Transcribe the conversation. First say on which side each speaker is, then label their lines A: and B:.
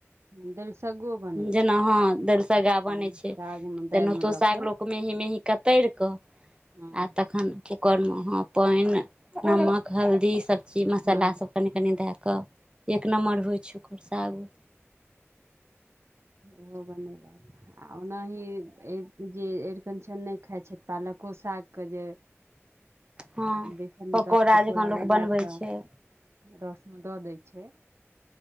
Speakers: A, on the right; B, on the right.
A: हूँ दलिसग्गो बनै
B: जेना
A: छै
B: हँ दरसगा बनै
A: हँ
B: छैय
A: सागमे
B: तेनाहितो
A: दालिमे दऽ
B: साग
A: कऽ
B: मेही मेही कतर कऽ
A: हँ
B: आ तखन करने हाँ पानय नमक हल्दी सब चीज मसाला
A: हँ
B: सब कनि कनि दए के एक नम्बर होइ छैय ओकर सागो।
A: ओ बनेलक आ ओनाही जे अरिकनछन नहि खाइ छै पालको साग के जे
B: हँ
A: बेसन मे दोके पकौड़ा
B: जकाँ लोक
A: बनाए
B: बनबै
A: के
B: छै
A: रसमे ददेए छै